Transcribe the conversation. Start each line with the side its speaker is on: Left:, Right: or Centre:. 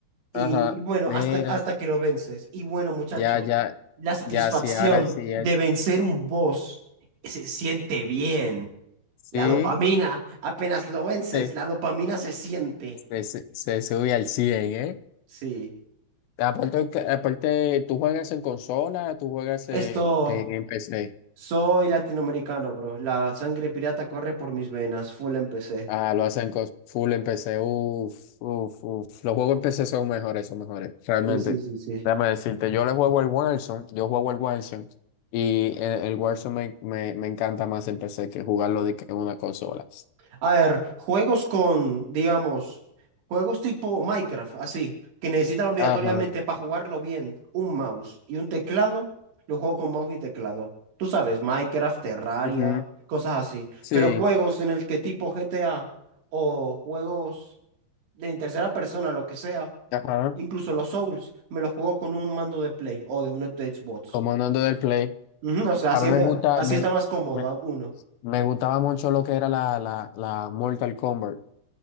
Right: Y,
Left: ajá.
Right: y bueno,
Left: Mira,
Right: hasta, hasta que lo vences. Y bueno, muchacho,
Left: ya, ya,
Right: la satisfacción
Left: ya, sí, ahora sí,
Right: de
Left: ahí sí.
Right: vencer un boss se siente bien.
Left: Sí,
Right: La dopamina, apenas lo vences,
Left: eh,
Right: la dopamina se siente.
Left: se, se, se sube al 100, ¿eh?
Right: Sí.
Left: Aparte, que- aparte, ¿tú juegas en consola? ¿Tú juegas
Right: Esto,
Left: en, en en PC?
Right: soy latinoamericano, bro. La sangre pirata corre por mis venas. Full empecé.
Left: Ah, lo hacen con full en PC. Uf, uf, uf. Los juegos en PC son mejores, son mejores. Realmente.
Right: Sí, sí, sí, sí.
Left: Déjame decirte, yo le juego el Warzone, yo juego el Warzone y el, el Warzone me, me, me encanta más en PC que jugarlo de que en una consola.
Right: A ver, juegos con, digamos, juegos tipo Minecraft, así, que necesitan obligatoriamente
Left: Ajá.
Right: para jugarlo bien un mouse y un teclado, lo juego con mouse y teclado. Tú sabes, Minecraft, Terraria,
Left: ujú,
Right: cosas así.
Left: Sí.
Right: Pero juegos en el que tipo GTA o juegos de en tercera persona, lo que sea,
Left: Ajá.
Right: incluso los Souls, me los juego con un mando de Play o de un Xbox.
Left: Comandando del Play.
Right: Ujú, o sea,
Left: A
Right: así,
Left: mí
Right: es
Left: me
Right: me-
Left: gusta,
Right: así
Left: me,
Right: está más cómodo
Left: me,
Right: a uno.
Left: me gustaba mucho lo que era la, la, la Mortal Kombat.